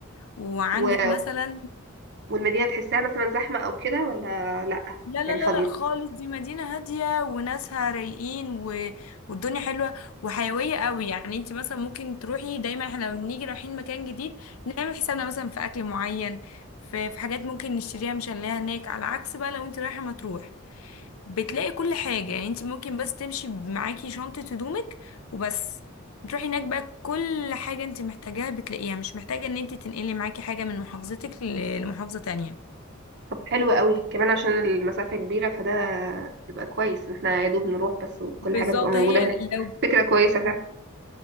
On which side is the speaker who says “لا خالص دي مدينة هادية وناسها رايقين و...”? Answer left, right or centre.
Left